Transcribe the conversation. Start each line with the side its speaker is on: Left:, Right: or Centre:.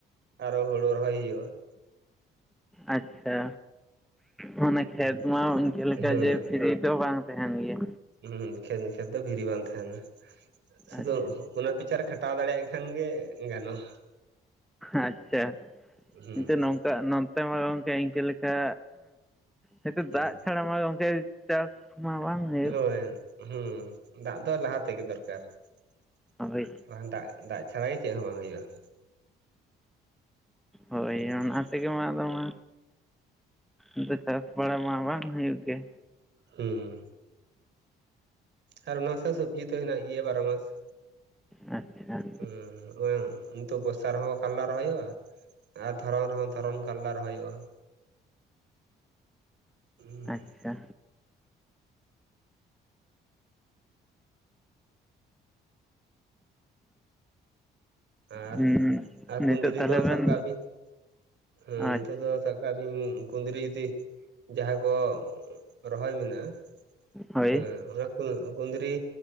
Right: ᱟᱨᱚ ᱦᱩᱲᱩ ᱨᱚᱦᱚᱭ ᱦᱩᱭᱩᱜᱼᱟ ᱾
Centre: ᱟᱪᱪᱷᱟ ᱢᱟᱱᱮ ᱠᱷᱮᱛ
Right: ᱦᱩᱸ
Centre: ᱢᱟ ᱤᱱᱠᱟᱹ ᱞᱮᱠᱟ
Right: ᱦᱩᱸ
Centre: ᱡᱮ ᱯᱷᱤᱨᱤ ᱫᱚ ᱵᱟᱝ ᱛᱟᱦᱮᱱ ᱜᱮᱭᱟ᱾
Right: ᱦᱩᱸ ᱠᱷᱮᱛ ᱠᱷᱮᱛ ᱫᱚ ᱯᱷᱤᱨᱤ ᱵᱟᱝ ᱛᱟᱦᱮᱸᱱᱟ᱾ ᱥᱩᱫᱩ
Centre: ᱟᱪᱪᱷᱟ
Right: ᱚᱱᱟ ᱯᱤᱪᱷᱟᱨᱮ ᱠᱷᱟᱴᱟᱣ ᱫᱟᱲᱮᱭᱟᱜ ᱠᱷᱟᱱ ᱜᱮ ᱜᱟᱱᱚᱜᱼᱟ᱾
Centre: ᱟᱪᱪᱷᱟ
Right: ᱦᱩᱸ
Centre: ᱱᱤᱛᱚᱜ ᱱᱚᱝᱠᱟ ᱱᱚᱱᱛᱮ ᱢᱟ ᱜᱚᱝᱠᱮ ᱤᱝᱠᱟᱹ ᱞᱮᱠᱟ ᱦᱤᱛᱳ
Right: ᱦᱩᱸ
Centre: ᱫᱟᱜ ᱪᱷᱟᱲᱟ ᱢᱟ ᱜᱚᱝᱠᱮ ᱪᱟᱥ ᱢᱟ ᱵᱟᱝ ᱦᱩᱭᱩᱜ
Right: ᱦᱳᱭ ᱦᱩᱸ ᱫᱟᱜ ᱫᱚ ᱞᱟᱦᱟ ᱛᱮᱜᱮ ᱫᱚᱨᱠᱟᱨ ᱾
Centre: ᱦᱳᱭ
Right: ᱵᱟᱝ ᱫᱟᱜ ᱫᱟᱜ ᱪᱷᱟᱲᱟ ᱜᱮ ᱪᱮᱫ ᱦᱚᱸ ᱵᱟᱝ ᱦᱩᱭᱩᱜᱼᱟ ᱾
Centre: ᱦᱳᱭ
Right: ᱦᱩᱸ
Centre: ᱚᱱᱟ ᱛᱮᱜᱮ ᱢᱟ ᱟᱫᱚ ᱢᱟ ᱟᱫᱚ ᱪᱟᱥ ᱵᱟᱲᱟ ᱢᱟ ᱵᱟᱝ ᱦᱩᱭᱩᱜ ᱜᱮ᱾
Right: ᱦᱩᱸ ᱾ ᱟᱨ ᱚᱱᱟ ᱥᱟᱶ ᱥᱚᱵᱡᱤ ᱛᱚ ᱦᱮᱱᱟᱜ ᱜᱮᱭᱟ ᱵᱟᱨᱚ ᱢᱟᱥ ᱾
Centre: ᱟᱪᱪᱷᱟ ᱾
Right: ᱦᱩᱸ ᱦᱚᱸᱭ ᱱᱤᱛᱚᱜ ᱵᱚᱨᱥᱟ ᱨᱮᱦᱚᱸ ᱠᱷᱟᱨᱞᱟ ᱨᱚᱦᱚᱭᱜᱼᱟ᱾ ᱟᱨ ᱫᱷᱚᱨᱚᱱ ᱨᱮᱦᱚᱸ ᱫᱷᱚᱨᱚᱱ ᱠᱟᱞᱞᱟ ᱨᱚᱦᱚᱭᱜᱼᱟ᱾ ᱦᱩᱸ ᱾
Centre: ᱟᱪᱪᱷᱟ
Right: ᱟᱨ
Centre: ᱦᱩᱸ
Right: ᱟᱨ
Centre: ᱱᱤᱛᱚᱜ
Right: ᱠᱩᱫᱽᱨᱤ
Centre: ᱛᱟᱦᱚᱞᱮ
Right: ᱫᱚ
Centre: ᱵᱮᱱ
Right: ᱥᱟᱵ ᱠᱟᱜ ᱵᱤᱱ ᱦᱩᱸ ᱱᱤᱛᱚᱜ
Centre: ᱟᱪᱪᱷᱟ
Right: ᱫᱚ ᱥᱟᱵ ᱠᱟᱜ ᱵᱤᱱ ᱠᱩᱫᱽᱨᱤ ᱡᱩᱫᱤ ᱡᱟᱦᱟᱸ ᱠᱚ ᱨᱚᱦᱚᱭ ᱢᱮᱱᱟᱜᱼᱟ
Centre: ᱦᱳᱭ
Right: ᱦᱮᱸ ᱚᱱᱟ ᱠᱩᱸ ᱠᱩᱸᱫᱽᱨᱤ